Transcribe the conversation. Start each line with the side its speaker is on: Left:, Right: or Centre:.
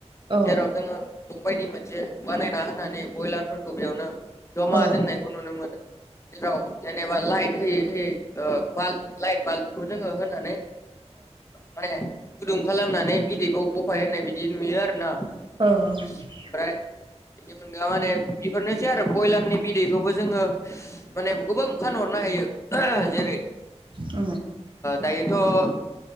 Right: औ
Left: जेराव जोङो न' बायदि मोनसे बानायना होनानै ब्रयलारफोरखौ बेयावनो जमा
Right: औ
Left: दोननायखौ नुनो मोनो जेराव जेनेबा लाइट होयै होयै बाल्ब लाइट बाल्बखौ जोङो होनानै माने गुदुं खालामनानै बिदैखौ बफाय होननाय बिदि नुयो आरो ना।
Right: औ।
Left: माने ओमफ्राय बेनि अनगा माने बिफोरनोसै आरो ब्रयलारनि बिदैखौबो जोङो माने गोबां फानहरनो हायो जेरै
Right: औ
Left: दायोथ'